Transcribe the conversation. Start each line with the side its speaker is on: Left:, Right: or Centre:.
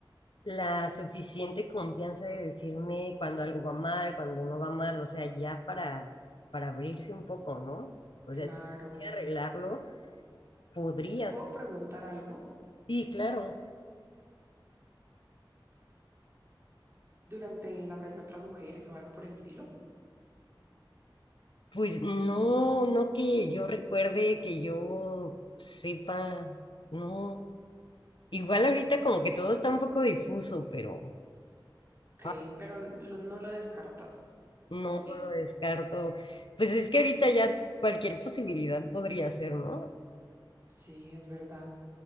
Left: la suficiente confianza de decirme cuando algo va mal, cuando no va mal, o sea, ya para, para abrirse un poco, ¿no? O
Right: claro.
Left: sea, si quería arreglarlo, podría
Right: ¿Te puedo
Left: ser.
Right: preguntar algo
Left: Sí, claro.
Right: durante la relación con otras mujeres o algo por el estilo?
Left: Pues no, no que yo recuerde, que yo sepa, no. Igual ahorita como que todo está un poco difuso, pero
Right: Ok,
Left: ah,
Right: pero n- lo- no lo descartas,
Left: no,
Right: ¿o sí?
Left: no lo descarto. Pues es que ahorita ya cualquier posibilidad podría ser, ¿no?
Right: Sí, es verdad.